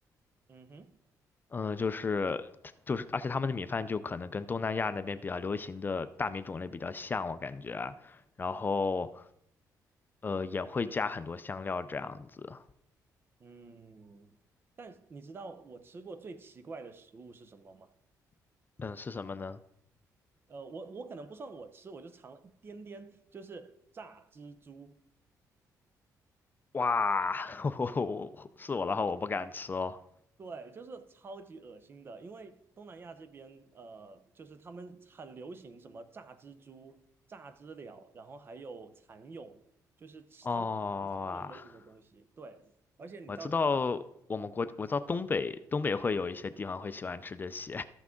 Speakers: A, on the right; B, on the left.
A: 嗯哼，
B: 嗯，就是就是，而且他们的米饭就可能跟东南亚那边比较流行的大米种类比较像，我感觉，然后呃也会加很多香料这样子，
A: 嗯，但你知道我吃过最奇怪的食物是什么吗？
B: 嗯，是什么呢？
A: 呃，我我可能不算我吃，我就尝了一点点，就是炸蜘蛛。
B: 哇，<laughs> 我我是我的话我不敢吃哦，
A: 对，就是超级恶心的，因为东南亚这边，呃，就是他们很流行什么炸蜘蛛、炸知了，然后还有蚕蛹，就是吃他们喜欢吃这种类型的东西。
B: 哦啊。
A: 对，而且你到
B: 我知道我们国，我知道东北，东北会有一些地方会喜欢吃这些。